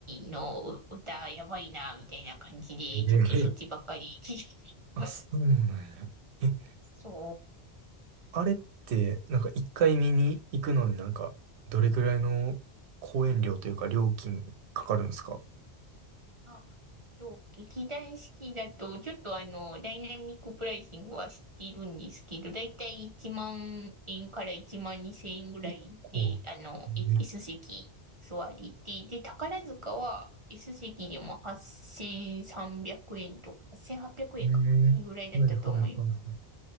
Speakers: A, on the right; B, on the right.
A: 季の歌やばいな、みたいな感じで、
B: えー、
A: ちょっとそっちばっかり聞いて
B: あ、
A: ます。
B: そうなんや。え、
A: そ
B: あれって、なんか一回見に行くので、なんか、どれぐらいの公演料というか料金かかるんですか
A: う。あ、と、劇団四季だと、ちょっとあの、ダイナミックプライシングは知っているんですけど、だいたい1万円から1万2千円ぐらいで、
B: 結構。
A: あの、え
B: ね。
A: S 席座りで、で、宝塚は S 席でも8300円とか、8800円かな。
B: うん。
A: それぐらいだったと思います。
B: はいはいはいはい。